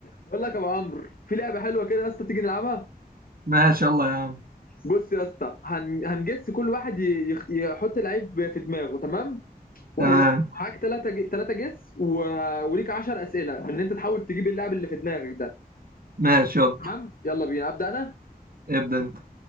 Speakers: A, on the left (about 60°); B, on the right (about 65°).
A: بقول لك يا ابو عمرو في لعبه حلوه كده يا اسطى تيجي نلعبها
B: ماشي يلا يا عم
A: بص يا اسطى هن... هنجس كل واحد ي... يخ- يحط لعيب في دماغه تمام وهيبقى
B: تمام
A: معاك ثلاثه ج... ثلاثه جس و... وليك 10 اسئله ان انت تحاول تجيب اللاعب اللي في دماغك ده
B: ماشي يلا
A: تمام يلا بينا ابدا انا
B: ابدأ انت